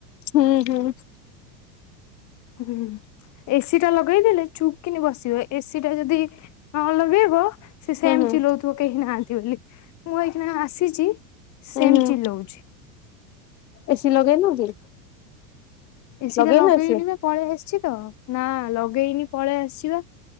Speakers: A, on the left; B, on the left.
A: ହୁଁ ହୁଁ।
B: ହୁଁ। ଏସିିଟା ଲଗେଇଦେଲେ ଚୁପ୍ କିନି ବସିବ, ଏସିିଟା ଯଦି ନ ଲଗେଇବ ସେ ସେମିତି
A: ହୁଁ ହୁଁ
B: ଚିଲଉଥିବ କେହି ନାହାନ୍ତି ବୋଲି, ମୁଁ ଏହିକିନା ଆସିଛି। ସେମ
A: ଉଁ ହୁଁ,
B: ଚିଲଉଛି।
A: ଏସି ଲଗେଇନୁ କି?
B: <inaudible> ଏସି
A: ଲଗେଇନ
B: ଟା ଲଗେଇନି
A: ଏସି
B: ବା! ପଳେଇ ଆସିଛି ତ! ନା, ଲଗେଇନି ପଳେଇ ଆସିଛି ବା।